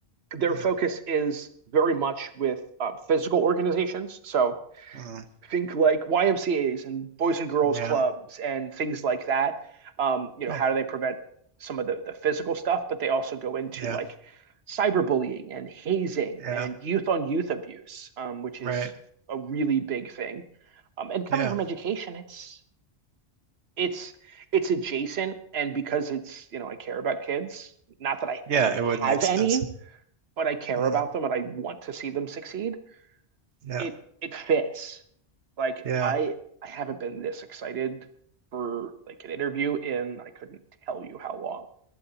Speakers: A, on the right (about 65°); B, on the right (about 85°).
A: their
B: Mm,
A: focus is very much with uh, physical organizations. So
B: mm,
A: think like YMCA's and Boys and Girls
B: yeah.
A: Clubs and things like that. Um, you know,
B: Oh,
A: how do they prevent some of the, the physical stuff? But they also go into
B: yeah.
A: like cyberbullying and hazing
B: Yeah.
A: and youth on youth abuse, um, which is
B: Right.
A: a really big thing. Um, and coming
B: Yeah.
A: from education, it's it's it's adjacent and because it's you know I care about kids not that I
B: Yeah,
A: I don't
B: it
A: have
B: would make sense.
A: any but I care
B: Mm,
A: about them and I want to see them succeed
B: yeah.
A: it it fits like
B: Yeah.
A: I I haven't been this excited for like an interview in I couldn't tell you how long